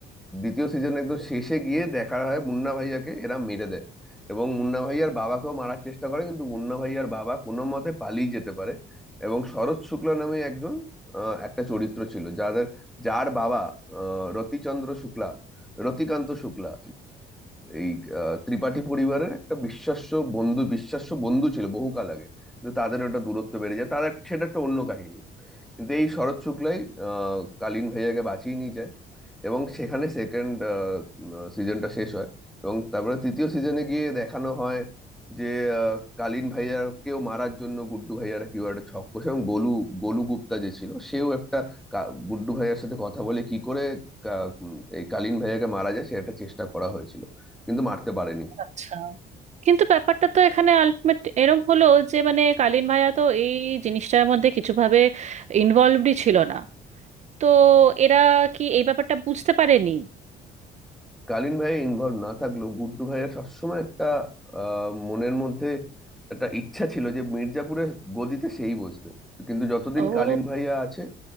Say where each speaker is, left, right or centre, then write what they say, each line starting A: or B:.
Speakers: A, in the centre; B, on the right.
A: দ্বিতীয় সিজন একদম শেষে গিয়ে দেখা হয় মুন্না ভাইয়াকে এরা মেরে দেয় এবং মুন্না ভাইয়ার বাবাকেও মারার চেষ্টা করে কিন্তু মুন্না ভাইয়ার বাবা কোনো মতে পালিয়ে যেতে পারে এবং শরৎ শুক্লা নামে একজন আহ, একটা চরিত্র ছিল যাদের যার বাবা আহ, রতিচন্দ্র শুক্লা রতিকান্ত শুক্লা এই আহ, ত্রিপাঠী পরিবারের একটা বিশ্বাস্য বন্ধু বিশ্বাস্য বন্ধু ছিল বহুকাল আগে কিন্তু তাদের ওটা দূরত্ব বেড়ে যায় তাদের সেটা একটা অন্য কাহিনী কিন্তু এই শরৎ শুক্লাই আহ কালীন ভাইয়াকে বাঁচিয়ে নিয়ে যায় এবং সেখানে সেকেন্ড সিজনটা শেষ হয় এবং তারপরে তৃতীয় সিজনে গিয়ে দেখানো হয় যে আহ, কালীন ভাইয়াকেও মারার জন্য গুড্ডু ভাইয়ারা কিউ একটা ছক কষে এবং গোলু গোলু গুপ্তা যে ছিল সেও একটা কা- গুড্ডু ভাইয়ার সাথে কথা বলে কি করে কা- উম, এই কালীন ভাইয়াকে মারা যায় সে একটা চেষ্টা করা হয়েছিল কিন্তু মারতে পারেনি
B: আচ্ছা কিন্তু ব্যাপারটা তো এখানে আলটিমেট এরম হলো যে মানে কালীন ভাইয়া তো এই জিনিসটার মধ্যে কিছুভাবে ইনভলভডই ছিল না তো এরা কি এই ব্যাপারটা বুঝতে পারেনি
A: কালীন ভাইয়া ইনভলভ না থাকলেও গুড্ডু ভাইয়ার সবসময় একটা আহ, মনের মধ্যে একটা ইচ্ছা ছিল যে মির্জাপুরের গদিতে সেই বসবে কিন্তু যতদিন
B: ও
A: কালীন ভাইয়া আছে